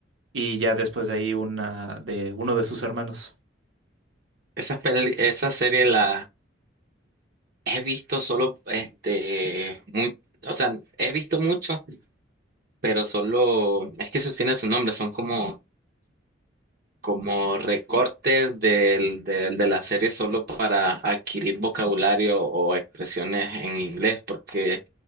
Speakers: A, on the right; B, on the right.
A: y ya después de ahí una de uno de sus hermanos.
B: Esa, pel- esa serie la he visto solo, este, muy, o sea, he visto mucho, pero solo, es que eso tiene su nombre, son como, como recortes del, del, de la serie solo para adquirir vocabulario o expresiones en inglés, porque